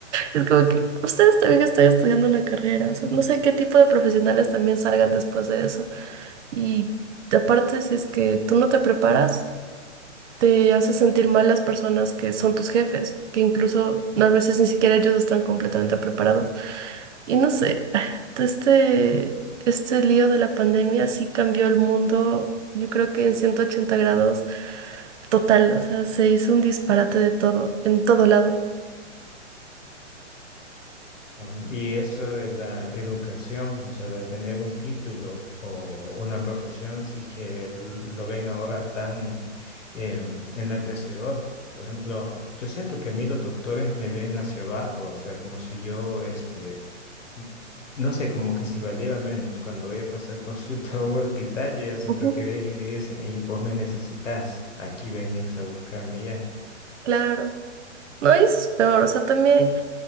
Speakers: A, on the right (about 75°); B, on the left (about 85°).
A: Es como que ustedes también están estudiando una carrera, o sea, no sé qué tipo de profesionales también salgan después de eso. Y aparte, si es que tú no te preparas, te hace sentir mal las personas que son tus jefes, que incluso no, a veces ni siquiera ellos están completamente preparados. Y no sé, <sighs> este, este lío de la pandemia sí cambió el mundo, yo creo que en 180 grados total, o sea, se hizo un disparate de todo, en todo lado.
B: Um, Y eso de la educación, o sea, de tener un título o una profesión, sí que l- lo ven ahora tan em, enaltecedor. Por ejemplo, yo siento que a mí los doctores me ven hacia abajo, o sea, como si yo, este, no sé, como que si valiera menos. Cuando voy a pasar <laughs> consulta a un hospital, yo ya siento
A: Ujú.
B: que ven y me dicen, hey, vos me necesitas, aquí venís a buscarme ya.
A: Claro. No y eso es peor, o sea, también